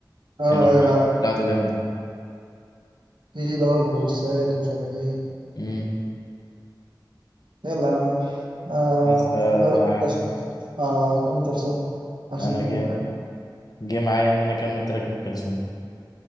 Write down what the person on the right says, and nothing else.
اه
ايوه عارف
في لاف وساد ومش عارف ايه
يلا يا عم آه
هروح انت عشان أنت بتسمع أم كلثوم عشان